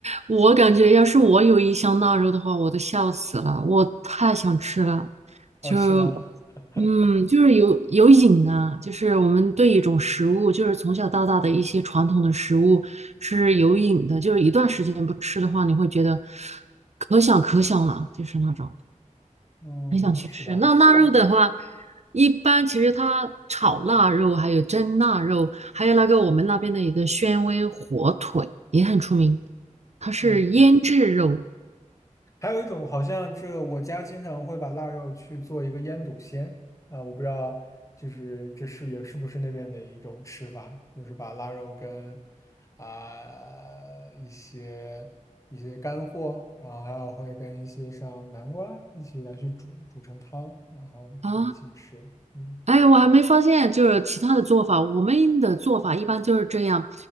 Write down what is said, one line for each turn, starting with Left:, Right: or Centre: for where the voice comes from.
Right: 我感觉要是我有一箱腊肉的话，我都笑死了，我太想吃了。
Left: 哦，
Right: 就是，
Left: 是吗？<laughs>
Right: 嗯，就是有有瘾啊，就是我们对一种食物，就是从小到大的一些传统的食物是有瘾的，就是一段时间不吃的话，你会觉得可想可想了，就是那种。
Left: 嗯，
Right: 很想去吃。
Left: 是吧？
Right: 那腊肉的话，
Left: 嗯
Right: 一般其实它炒腊肉，还有蒸腊肉，还有那个我们那边的一个宣威火腿也很出名，它是腌制肉
Left: 嗯，还有一种好像这我家经常会把腊肉去做一个腌笃鲜啊，我不知道就是这是也是不是那边的一种吃法，就是把腊肉跟啊、一些一些干货，然后还有会跟一些像南瓜一起来去煮煮成汤，然后去一起吃。
Right: 啊。
Left: 嗯
Right: 哎，我还没发现，就是其他的做法。我们的做法一般就是这样，